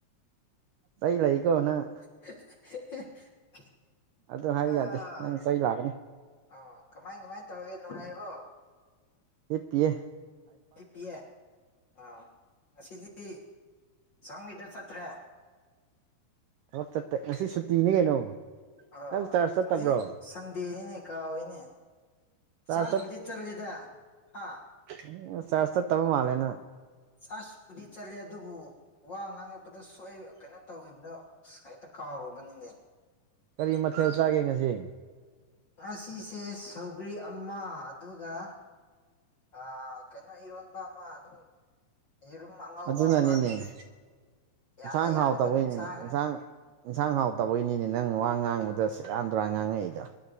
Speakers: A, on the right; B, on the left.
A: ꯆꯩ ꯂꯩꯀꯣ ꯅꯪ
B: <unintelligible>
A: ꯑꯗꯨ ꯍꯥꯏꯕ
B: ꯑꯥ
A: ꯌꯥꯗꯦ ꯅꯪ ꯆꯩ ꯂꯥꯛꯀꯅꯤ
B: ꯑꯣ ꯀꯃꯥꯏ ꯀꯃꯥꯏꯅ ꯇꯧꯔꯤꯒꯦ ꯅꯨꯡꯉꯥꯏꯔꯤꯕꯣ
A: ꯍꯤꯄꯤꯌꯦ
B: ꯑꯩ ꯄꯤꯌꯦ ꯑꯥ ꯉꯁꯤꯗꯤ ꯁꯝꯒꯤꯗ ꯆꯠꯇ꯭ꯔꯦ
A: ꯊꯕꯛ ꯆꯠꯇ ꯉꯁꯤ ꯁꯨꯨꯇꯤꯅꯤ ꯀꯩꯅꯣ
B: ꯑꯥ
A: ꯅꯪ ꯆꯥꯔꯖ ꯆꯠꯇꯕ꯭ꯔꯣ
B: ꯑꯩ ꯁꯟꯗꯦꯅꯤꯅꯦ ꯀꯥꯎꯏꯅꯦ
A: ꯆꯥꯔꯖ
B: ꯆ꯭ꯔꯁꯄꯨꯗꯤ ꯆꯠ ꯂꯤꯗ ꯍꯥ
A: ꯆ꯭ꯔꯁ ꯆꯠ ꯇ ꯃꯥꯂꯦ ꯅꯣꯏ
B: ꯆꯁ ꯄꯨꯗꯤ ꯆꯠꯂꯦ ꯑꯗꯨꯕꯨ ꯋꯥ ꯉꯥꯡꯉꯛꯄꯗ ꯁꯣꯛꯑꯕ ꯀꯩꯅꯣ ꯇꯧꯈꯤꯕꯗꯣ ꯑꯁ ꯍꯦꯛꯇ ꯀꯥꯎꯔꯨꯔꯕꯅꯤꯅꯦ
A: ꯀꯔꯤ ꯃꯊꯦꯜ ꯆꯥꯒꯦ ꯉꯁꯤ
B: ꯉꯁꯤꯁꯦ ꯁꯧꯒ꯭ꯔꯤ ꯑꯃ ꯑꯗꯨꯒ ꯑ ꯀꯩꯅꯣ ꯏꯔꯦꯟ ꯑꯃ ꯑꯗꯨꯝ ꯌꯦꯔꯨꯝ ꯑꯉꯧꯕ
A: ꯑꯗꯨꯅꯅꯤꯅꯦ
B: ꯑꯃ ꯑꯗꯨꯝ ꯌꯥꯅ
A: ꯏꯟꯁꯥꯡ
B: ꯌꯥꯅꯕ
A: ꯍꯥꯎꯇꯕꯩꯅꯦ
B: ꯑꯗꯨꯝ ꯆꯥꯈ꯭ꯔꯦ
A: ꯏꯟꯁꯥꯡ ꯏꯟꯁꯥꯡ ꯍꯥꯎꯇꯕꯩꯅꯤꯅꯦ ꯅꯪ ꯋꯥ ꯉꯥꯡꯕꯗ ꯁꯤꯔꯥꯟ ꯇꯨꯔꯥꯟ ꯉꯥꯡꯉꯛꯏꯗꯣ